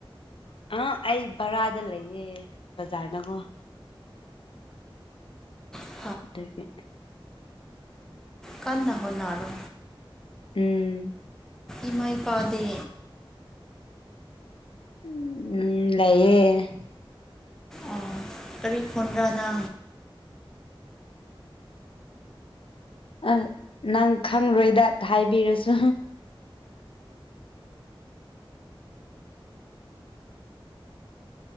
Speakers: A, on the left; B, in the centre.
A: ꯑ ꯑꯩ ꯕꯔꯥꯗ ꯂꯩꯌꯦ ꯕꯖꯥꯔꯅꯒꯣ
B: ꯑꯣ
A: ꯑꯗꯨꯗꯒꯤ
B: ꯀꯟꯅ ꯍꯣꯅꯔꯣ
A: ꯎꯝ
B: ꯏꯃꯥꯏ ꯄꯥꯗꯦ
A: ꯎꯝ ꯂꯩꯌꯦꯑꯌꯦ
B: ꯑ ꯇꯔꯤ ꯐꯣꯟ꯭ꯔ ꯅ
A: ꯑ ꯅꯪ ꯈꯪꯂꯔꯣꯏꯗ ꯍꯥꯏꯕꯤꯔꯁꯨ